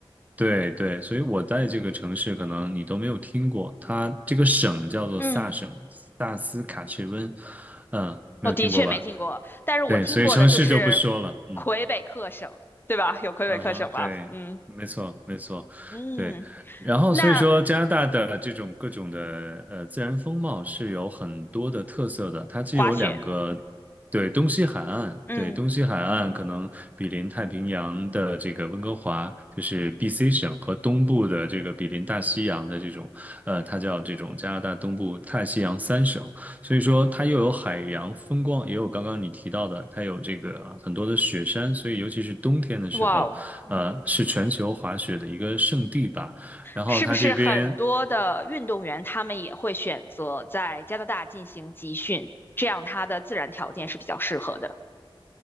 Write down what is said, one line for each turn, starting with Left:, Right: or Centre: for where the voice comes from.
Right: 对对，所以我在这个城市可能你都没有听过，它这个省叫做萨省，
Left: 嗯，
Right: 萨斯卡切温，嗯，没有听过吧？
Left: 我的确没听过，但是我听过的就是
Right: 对，所以城市就不说了，嗯。
Left: 魁北克省，对吧？有魁北克省吧？
Right: 啊哈，对，
Left: 嗯
Right: 没错，没错，
Left: 嗯，
Right: 对。然后所以说，
Left: 那
Right: 加拿大的这种各种的呃自然风貌是有很多的特色的，它既有两个，
Left: 滑雪，
Right: 对，东西海岸，
Left: 嗯，
Right: 对，东西海岸可能比邻太平洋的这个温哥华，就是 BC 省和东部的这个比邻大西洋的这种，呃，它叫这种加拿大东部大西洋三省。所以说，它又有海洋风光，也有刚刚你提到的，它有这个很多的雪山，所以尤其是冬天的时候。
Left: 哇哦。
Right: 呃，是全球滑雪的一个圣地吧。然后它这边，
Left: 是不是很多的运动员他们也会选择在加拿大进行集训，这样他的自然条件是比较适合的。